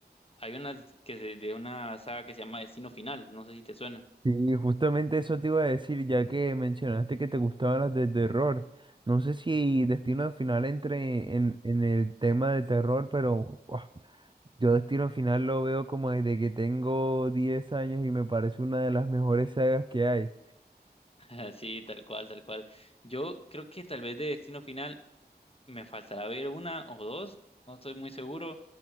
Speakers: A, on the left; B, on the right.
A: hay unas que se- de una saga que se llama Destino Final, no sé si te suena.
B: Sí, justamente eso te iba a decir, ya que mencionaste que te gustaban las de terror. No sé si Destino Final entre en, en el tema de terror, pero buah, yo Destino Final lo veo como desde que tengo 10 años y me parece una de las mejores sagas que hay.
A: <laughs> Sí, tal cual, tal cual. Yo creo que tal vez de Destino Final me faltará ver una o dos, no estoy muy seguro,